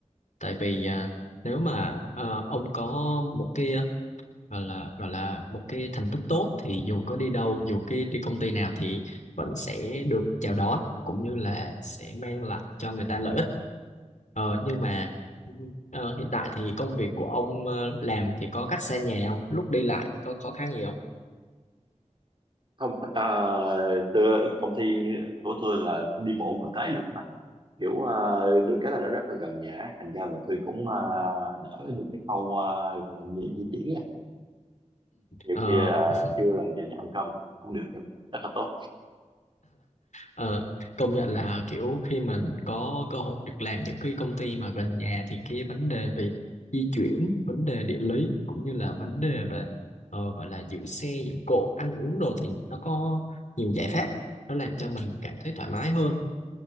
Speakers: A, on the left (about 75°); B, on the right (about 40°).
A: Tại vì à, nếu mà à, ông có một cái à, gọi là gọi là một cái thành tích tốt thì dù có đi đâu, dù cái đi công ty nào thì vẫn sẽ được chào đón cũng như là sẽ mang lại cho người ta lợi ích. Ờ, nhưng mà ờ, hiện tại thì công việc của ông ờ, làm thì có cách xa nhà không? Lúc đi lại có khó khăn gì không?
B: không ờ, tôi, công ty của tôi là đi bộ còn tới được mà kiểu ờ, được cái là nó rất là gần nhà thành ra là tôi cũng ờ, đỡ được cái khâu ờ, gọi là di di chuyển nhiều
A: Ừ.
B: khi là trưa là giờ nhà ăn cơm cũng được nhưng rất là tốt
A: Ờ, công nhận là kiểu khi mình có cơ hội được làm những cái công ty mà gần nhà thì cái vấn đề về di chuyển, vấn đề địa lý cũng như là vấn đề về ờ, gọi là giữ xe, giữ cộ, ăn uống đồ thì nó có nhiều giải pháp nó làm cho mình cảm thấy thoải mái hơn.